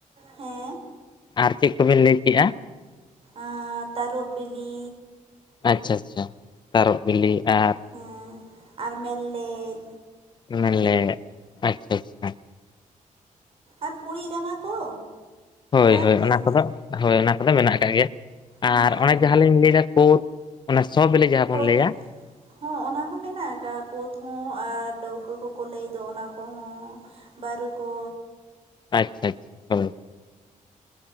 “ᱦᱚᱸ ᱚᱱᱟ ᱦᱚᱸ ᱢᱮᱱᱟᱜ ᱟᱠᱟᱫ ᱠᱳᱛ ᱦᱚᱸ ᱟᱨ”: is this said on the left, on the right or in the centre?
Right